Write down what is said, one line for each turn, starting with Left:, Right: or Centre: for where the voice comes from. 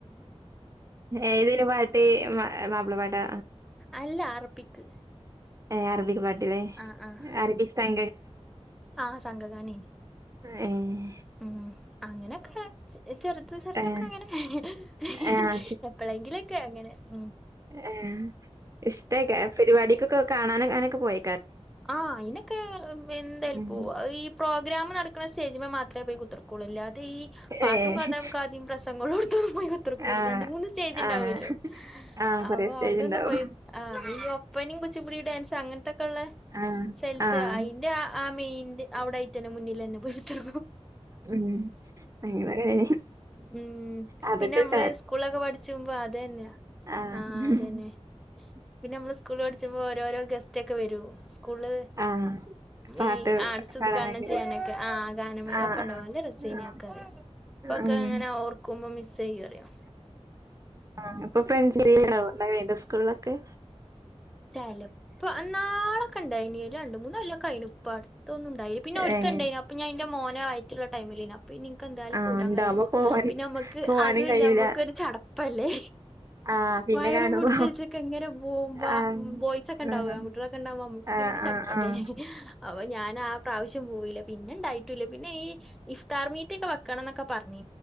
Right: ഏതൊരു പാട്ട് മാപ്പിള പാട്ടാ
Centre: അല്ല അറബിക്ക്
Right: ഏ അറബിക് പാട്ടിലെ
Centre: ആഹ് ആഹ്
Right: അറബിക് സം
Centre: ആഹ് സംഗഗാനം
Right: എ ഏ
Centre: ഉം അങ്ങനെനൊക്കെ ചെറുതൊക്കെ
Right: ഏഹ്
Centre: അങ്ങനെ ഹി ഹി
Right: ആഹ്
Centre: ഹി
Right: ആഹ്
Centre: എപ്പഴെങ്കിലൊക്കെ അങ്ങനെ ഉ
Right: ആ ഇഷ്ടക്കെ പരിപാടിക്കൊക്കെ കാണാനങ്ങനൊക്കെ പോയ
Centre: ആഹ അതിനൊക്കെ എന്തായാലുംപ്പോ
Right: ഉം
Centre: ഈ പ്രോഗ്രാം നടക്കുന്ന സ്റ്റേജി മാത്ര അത്ര പോയി കുത്തിർക്കുള്ളൂ അാതെ ഈ പാട്ടും
Right: ഏഹ്
Centre: കഥാഖാദും പ്രസംഗങ്ങളുംടത്തൊന്നും പോയി കുത്തിർക്കൂല്ലല്ലരണ്ട്
Right: ആഹ്
Centre: മൂന്ന് ജ്ജ് ണ്ടാവുല്ലോ
Right: ആഹ് ആഹ്
Centre: അപ്പൊ
Right: കൊറേ സ്റ്റേജ്
Centre: ഔടൊന്ന്
Right: ഇണ്ടാവും
Centre: പോയി ഈ ഒപ്പനിം കുച്ചിപുടിം ഡാൻസ് അങ്ങനെതെക്കേ ള്ള
Right: ആഹ്
Centre: സ്ഥലത്ത്
Right: ആഹ്
Centre: അതിന്റെ ആ മെന്റെ അവിടൊയി തന്നെ മുന്നിൽ തന്നെ പോയി ച
Right: ഉം അങ്ങനൊക്കെ
Centre: ഉ
Right: അതൊക്കെ
Centre: പിന്നെ നമ്മള്
Right: ഒരു
Centre: സ്കൂളൊക്കെ പഠിച്ച്പോ അ അതന്നെ
Right: ആഹ
Centre: ആഹ് അതന്നെ പിന്നെ നമ്മള് സ്കൂളിൽ പഠിച്ച്പോ ഓരോരോ ഗസ്റ്റ് ഒക്കെ വരും സ്കൂള്
Right: ആഹ് പാട്ട്
Centre: ഈ ആട്സ്
Right: പാടാനൊക്കെ
Centre: ഉദ്ഘാടനം ചെയ്യാനൊക്കെ ആ ഗാനമേളൊക്കെ
Right: ആഹ്
Centre: ഉണ്ടക രസ
Right: ആഹ്
Centre: നക്കെറ ഇപ്പൊക്കെ
Right: ഉം
Centre: എങ്ങനെ ഓർക്കുമ്പോ മിസ് ചെയ്യ അറിയാം
Right: ആ അപ്പൊ ഫ്രണ്ട്ണ വേണ്ട സ്കൂളിലൊക്കെ
Centre: ചല ഇപ്പ നാളൊക്കെ ഇണ്ടായിനി രണ്ട മൂന്നല്ലൊക്കെ അയിന് ഉപ്പാട് ഇൊന്നും ഉണ്ടില്ല പിന്നെ ഒരിക്കക്ക
Right: ഏഹ്
Centre: ഉണ്ടായിരുന്നു അപ്പൊഞാൻന്റെ മോന ആയിട്ടുള്ള ടൈമിന പിന്നെ നിനിക്ക് എന്തായാലും
Right: ആഹ്
Centre: കൂടാൻ
Right: ഉണ്ടാവുമ്പോ
Centre: കഴിയില്ല
Right: പോവാനും
Centre: പിന്നെ നമ്മക്ക്
Right: പോവാനും
Centre: അതല്ല
Right: കഴിയൂല
Centre: നമ്മക്ക്ഒരു ചടപ്പല്ലേ
Right: ആഹ് പിന്നെ
Centre: മയറും
Right: കാണുമ്പോ
Centre: പിടിച്ചലിച്ചക്കെ എങ്ങനെ പോകുമ്പ
Right: ആഹ്
Centre: ഉ ബോയ്സ് ഒക്കെ ഉണ്ടാവുകൻ
Right: ആഹ്
Centre: കുട്ടികൊക്കെണ്ടാവും നമ്മുക്ക്
Right: ആഹ്
Centre: പിന്നെട് ചുപ്പല്ലേ
Right: ആഹ് ആഹ്
Centre: അപ്പൊ ഞാൻ ആ പ്രാവശ്യം പോയി പിന്നെ ഇണ്ടായിട്ടൂല്ല പിന്നെ ഈ ഇഫ്താർ മീറ്റൊക്കെ വെക്കണം എന്നൊക്കെ പറഞ്ഞീ